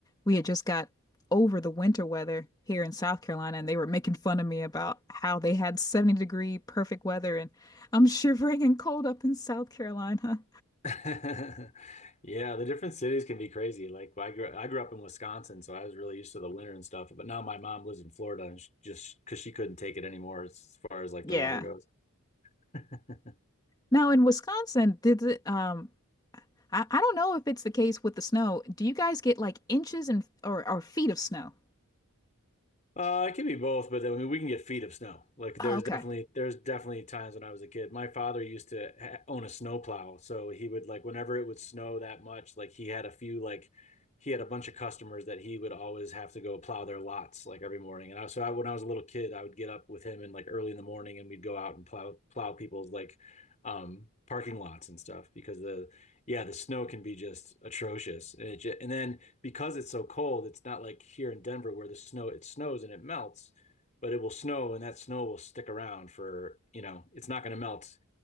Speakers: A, on the left; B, on the left.
A: we had just got over the winter weather here in South Carolina, and they were making fun of me about how they had 70 degree perfect weather, and I'm shivering and cold up in South Carolina.
B: <laughs> yeah, the different cities can be crazy. Like I grew I grew up in Wisconsin, so I was really used to the winter and stuff, but now my mom lives in Florida and she, just because she couldn't take it anymore as far as like
A: Yeah.
B: the weather goes. <laughs>
A: Now in Wisconsin, did it, um, I, I don't know if it's the case with the snow. Do you guys get like inches and or, or feet of snow?
B: Uh, it could be both, but then we we can get feet of snow. Like there's
A: Oh, okay.
B: definitely there's definitely times when I was a kid. My father used to ha own a snowplow, so he would like whenever it would snow that much, like he had a few like he had a bunch of customers that he would always have to go plow their lots like every morning. And I so I, when I was a little kid, I would get up with him and like early in the morning, and we'd go out and plow plow people's like um parking lots and stuff because the yeah the snow can be just atrocious and it ju- and then because it's so cold, it's not like here in Denver where the snow it snows and it melts, but it will snow and that snow will stick around for, you know, it's not going to melt,